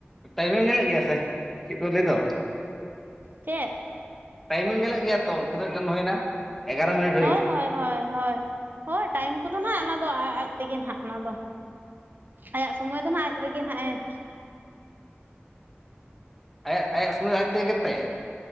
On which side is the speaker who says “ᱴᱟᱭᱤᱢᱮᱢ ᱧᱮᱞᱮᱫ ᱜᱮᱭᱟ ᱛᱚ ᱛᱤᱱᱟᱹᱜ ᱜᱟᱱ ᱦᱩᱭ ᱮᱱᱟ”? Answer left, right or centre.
Centre